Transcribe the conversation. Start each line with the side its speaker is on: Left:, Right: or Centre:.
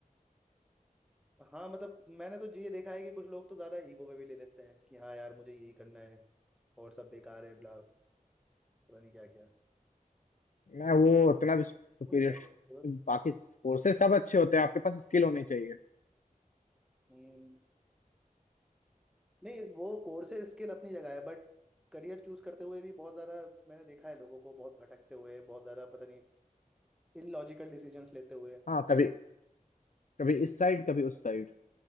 Centre: हाँ मतलब मैंने तो ये देखा है कि कुछ लोग तो ज़्यादा ईगो पे भी ले लेते हैं कि हाँ यार मुझे यही करना है और सब बेकार है ब्ला पता नहीं क्या क्या
Left: मैं वो उतना भी सुपीरियर
Centre: वो नहीं करता बस
Left: बाकी कोर्सेज सब अच्छे होते हैं आपके पास स्किल होनी चाहिए
Centre: हम्म। नहीं वो कोर्सेज स्किल अपनी जगह है बट करियर चूज करते हुए भी बहुत ज़्यादा मैंने देखा है लोगों को बहुत भटकते हुए बहुत ज़्यादा पता नहीं इलॉजिकल डिसीजंस लेते हुए
Left: हाँ कभी कभी इस साइड कभी उस साइड